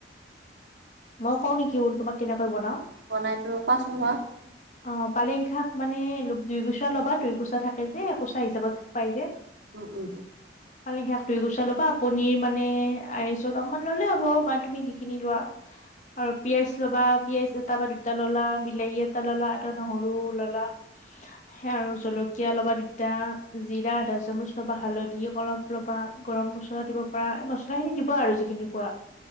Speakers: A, on the left (about 45°); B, on the right (about 80°).
A: মই কওঁ নিকি তোমাক কেনেকৈ বনাওঁ?
B: বনাইতো, কোৱাচোন কোৱা।
A: অ', পালেং শাক মানে, দুইকুচা ল'বা, দুই কুচা থাকে যে, একোচা হিচাপত পাই যে
B: উম উম
A: পালেং শাকটো গুচাই ল'বা। পনিৰ মানে, আঢ়ৈশ গ্ৰাম মান ললে হ'ব, বা তুমি যিখিনি লোৱা আৰু পিঁয়াজ ল'বা, পিঁয়াজ এটা বা দুটা ল'লা বিলাহী এ এটা ল'লা, এটা নহৰু ল'লা। সেয়ে আৰু জলকীয়া ল'বা দুটা, জিৰা আধা চামুচ ল'বা, হালধি অলপ ল'বা, গৰম মছলা দিব পাৰা, এই মছলা খিনি দিবা আৰু যিখিনি খোৱা।